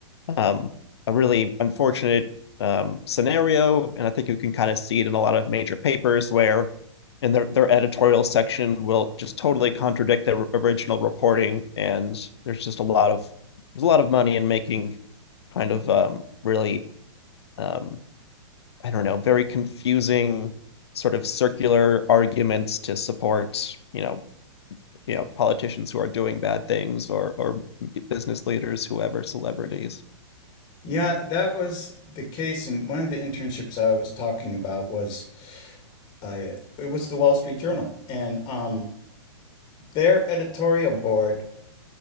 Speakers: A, on the left; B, on the left.
A: um, a really unfortunate um, scenario, and I think you can kind of see it in a lot of major papers where, in their their editorial section, will just totally contradict their original reporting, and there's just a lot of there's a lot of money in making kind of um, really um, I don't know very confusing sort of circular arguments to support you know you know politicians who are doing bad things or or business leaders whoever celebrities
B: Yeah, that was the case. And one of the internships I was talking about was I it was the Wall Street Journal, and um, their editorial board